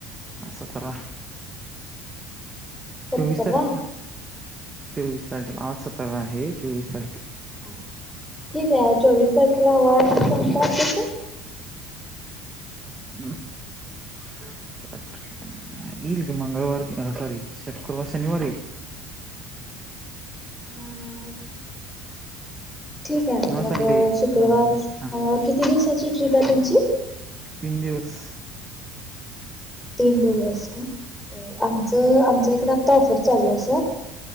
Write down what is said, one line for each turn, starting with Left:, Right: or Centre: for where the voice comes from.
Right: सतरा
Centre: सत्तरला
Right: चोवीस तारखेला चोवीस तारखेला आंज सतरा आहे चोवीस तारखेला
Centre: हा ठीक आहे चोवीस तारखेला वारं कोणतां येतो सरं
Right: हम् <unintelligible> इल मंगळवार सॉरी शुक्रवार शनिवार येईल
Centre: हा <unintelligible> हा ठीक आहे
Right: किंवा
Centre: मंग
Right: संडे येईल
Centre: शुक्रवार
Right: हा हा
Centre: किती दिवसांची ट्रिप आहे तुमची
Right: तीनं दिवसं
Centre: तीनं दिवसं कां आमचं आमच्यां इकडं ऑफर चालूं आहे सरं